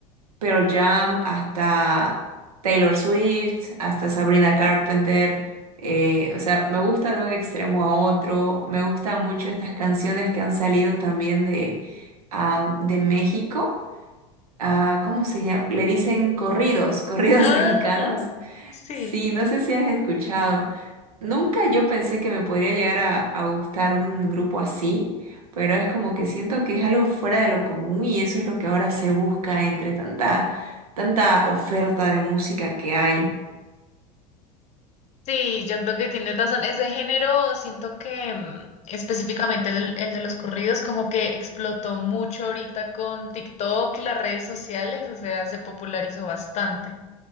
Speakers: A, on the right; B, on the left.
A: Pearl Jam, hasta Taylor Swift, hasta Sabrina Carpenter. eh, o sea, me gusta de un extremo a otro. Me gustan mucho estas canciones que han salido también de, am, de México. Ah, ¿cómo se llama? Le dicen corridos, <laughs> corridos
B: Ah,
A: mexicanos.
B: sí.
A: Sí, no sé si has escuchado. Nunca yo pensé que me podría llegar a, a gustar un grupo así, pero es como que siento que es algo fuera de lo común y eso es lo que ahora se busca entre tanta, tanta oferta de música que hay.
B: Sí, yo creo que tienes razón. Ese género, siento que mm, específicamente el, el de los corridos, como que explotó mucho ahorita con TikTok y las redes sociales, o sea, se popularizó bastante.